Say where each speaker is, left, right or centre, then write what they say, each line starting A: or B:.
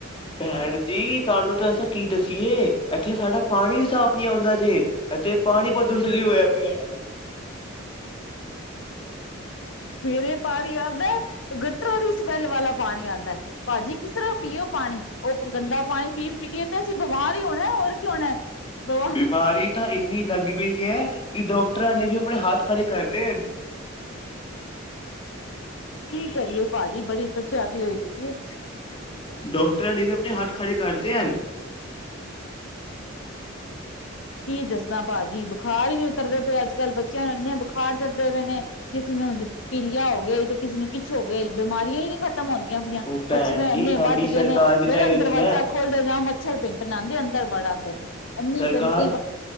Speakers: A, on the left; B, on the left.
A: ਭੈਣ ਜੀ ਤੁਹਾਨੂੰ ਤਾਂ ਅਸਂ ਕੀ ਦੱਸੀਏ ਇੱਥੇ ਸਾਡਾ ਪਾਣੀ ਵੀ ਸਾਫ਼ ਨਹੀਂੀ ਆਉਂਦਾ ਜੇ ਇਥੇ ਪਾਣੀ ਪ੍ਰਦੂਸ਼ਣ ਵੀ ਹੋਇਆ ਪਿਆ
B: ਸਵੇਰੇ ਪਾਣੀ ਆਦਾ ਗੱ ਦੀ ਸਮੈੱਲ ਵਾਲਾ ਪਾਣੀ ਆਉਂਦਾ ਹੈ ਭਾਜੀ ਕਿਸ ਤਰ੍ਹਾਂ ਪੀਓ ਪਾਣੀ ਉਹ ਗੰਦਾ ਪਾਣੀ ਪੀ ਪੀਏ ਤੇ ਅਸੀਂ ਬਿਮਾਰ ਹੀ ਹੋਣਾ ਹੋਰ ਕੀ ਹੋਣਾ ਬਵਾ
A: ਬਿਮਾਰੀ ਤਾਂ ਇੰਨੀ ਲੱਗ ਪਈ ਹੈ ਕਿ ਡਾਕਟਰਾਂ ਨੇ ਵੀ ਆਪਣੇ ਹੱਥ ਖੜੇ ਕਰਦੇ
B: ਕੀ ਕਰੀਏ ਭਾਜੀ, ਬੜੀ ਪਰਸ਼ਾਨੀ ਹੋਈ ਪਯੀ ਏ।
A: ਡਾਕਟਰਾਂ ਨੇ ਵੀ ਆਪਣੇ ਹੱਥ ਖੜੇ ਕਰਤੇ ਹਨ।
B: ਕੀ ਦੱਸਾ ਭਾਜੀ ਬੁਖਾਰ ਹੀ ਨਹੀਂ ਉਤਰਦੇ ਪਏ ਅੱਜ-ਕੱਲ੍ਹ। ਬੱਚਿਆਂ ਨੂੰ ਇੰਨੇ ਬੁਖਾਰ ਚੜਦੇ ਪਏ ਨੇ ਕਿਸੇ ਨੂੰ ਪੀਲਿਆ ਹੋ ਗਿਆ ਤੇ ਕਿਸੇ ਨੂੰ ਕਿਛ ਹੋ ਗਿਆ ਈ ਬਿਮਾਰੀਆਂ ਹੀ ਨੀ ਖਤ ਖਤਮ ਹੋਂਗਈਆਂ <unintelligible>
A: ਉਹ ਭੈਣ
B: ਮੱਛਰ
A: ਜੀ
B: ਇੰਨੇ
A: ਸਾਡੀ
B: ਵੱਧ
A: ਸਰਕਾਰ
B: ਗਏ ਨੇ
A: ਵੀ
B: ਜਰਾ
A: ਤਾਂ ਇਹੋ
B: ਕ
A: ਜਿਹੀ
B: ਦਰਵਾਜ਼ਾ
A: ਹੈ
B: ਖੋਲਦਾ ਜਾਂ ਮੱਛਰ ਬਿਨ ਨਾਂਦੇ ਅੰਦਰ ਬੜ ਆਂਦੇ ਨੇ। ਏਨੀ
A: ਸਰਕਾਰ
B: ਗੰਦਗ